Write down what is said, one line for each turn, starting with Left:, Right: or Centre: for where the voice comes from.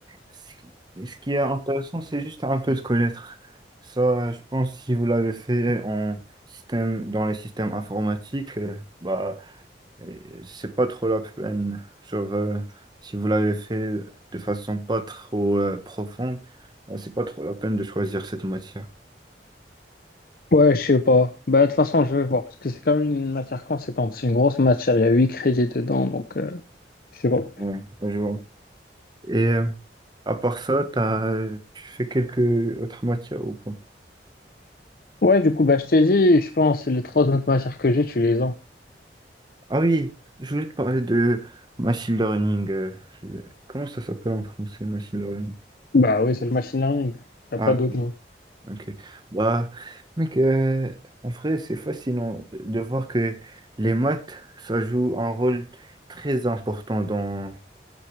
Right: ce qui ce qui est intéressant, c'est juste un peu de connaître. Ça, je pense, si vous l'avez fait en système, dans les systèmes informatiques, euh, bah, Et C'est pas trop la peine. Genre, euh, si vous l'avez fait de façon pas trop euh, profonde, euh, c'est pas trop la peine de choisir cette matière.
Left: Ouais, je sais pas. Bah, de toute façon, je vais voir, parce que c'est quand même une matière conséquente. C'est une grosse matière, il y a huit crédits dedans, donc euh, je sais pas.
Right: Ouais, ouais, je vois. Et euh, à part ça, t'as, tu fais quelques autres matières ou pas?
Left: Ouais, du coup, bah, je t'ai dit, je pense, les trois autres matières que j'ai, tu les as.
Right: Ah oui, je voulais te parler de machine learning. euh, euh, comment ça s'appelle en français, machine learning?
Left: Bah oui, c'est le machine learning. Il a
Right: Ah,
Left: pas d'autre nom.
Right: Ok. Bah, mec, euh, en vrai, c'est fascinant de voir que les maths, ça joue un rôle très important dans,